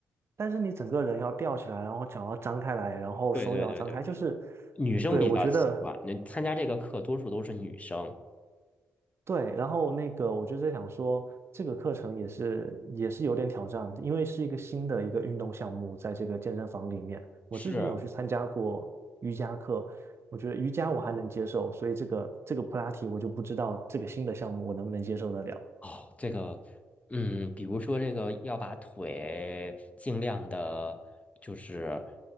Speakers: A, on the right (about 45°); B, on the left (about 20°).
A: 但是你整个人要吊起来，然后脚要张开来，然后手也要张开，
B: 对对对对对，
A: 就是，
B: 女生比较习惯。
A: 对，我觉得
B: 那参加这个课多数都是女生。
A: 对。然后那个，我就在想说，这个课程也是也是有点挑战，因为是一个新的一个运动项目，在这个健身房里面，我之前有去参加过瑜伽课，
B: 是
A: 我觉得瑜伽我还能接受，所以这个这个普拉提我就不知道这个新的项目我能不能接受得了。
B: 哦，这个，嗯，比如说这个要把腿尽量的，就是